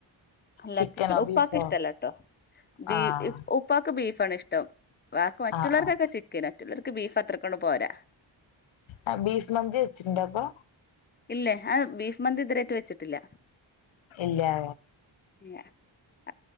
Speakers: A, on the left; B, on the left.
A: എല്ലർക്കും
B: ചിക്കനോ
A: ഇഷ്ട ഉപ്പക്ക്
B: ബീഫോ
A: ഇഷ്ടല്ല കേട്ടോ ബീ
B: ആഹ്
A: ഉപ്പാക്ക് ബീഫാണ് ഇഷ്ടം ബക്ക് മറ്റുള്ളവർക്കൊക്കെ
B: ആഹ് ആഹ്
A: ചിക്കൻ മറ്റുള്ളവർക്ക് ബീഫ് അത്രക്കൊണ്ട് പോരാ
B: ആ ബീഫ് മന്തി വെച്ചിട്ടുണ്ട അപ്പൊ
A: ഇല്ല അ ബീഫ് മന്തി ഇതിരായിട്ട വെച്ചിട്ടില്ല
B: ഇല്ല
A: <unintelligible>